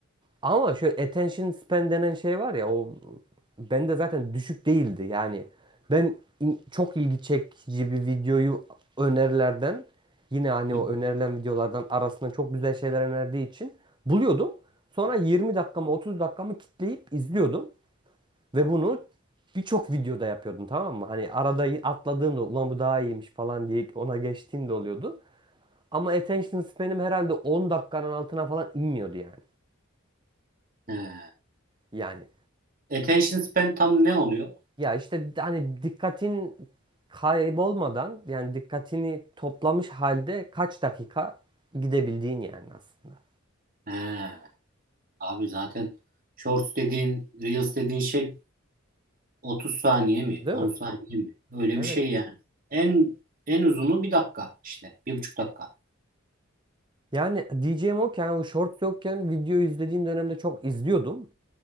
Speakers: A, on the right; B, on the right.
A: Ama şöyle attention span denen şey var ya o bende zaten düşük değildi. Yani ben in- çok ilgi çekici bir videoyu önerilerden yine hani
B: Hı.
A: o önerilen videolardan arasından çok güzel şeyler önerdiği için buluyordum. Sonra 20 dakikamı 30 dakikamı kitleyip izliyordum ve bunu birçok videoda yapıyordum tamam mı? Hani arada y- atladığım da ulan bu daha iyiymiş falan diye ona geçtiğim de oluyordu. Ama attention span'im herhalde 10 dakikanın altına falan inmiyordu yani.
B: He.
A: Yani.
B: Attention span tam ne oluyor?
A: Ya işte hani dikkatin kaybolmadan yani dikkatini toplamış halde kaç dakika gidebildiğin yani aslında.
B: He. Abi zaten shorts dediğin, reels dediğin şey 30 saniye mi?
A: Değil
B: 10
A: mi?
B: saniye mi? Öyle
A: Evet.
B: bir şey yani. En en uzunu bir dakika işte. Bir buçuk dakika.
A: Yani diyeceğim o ki yani o shorts yokken video izlediğim dönemde çok izliyordum.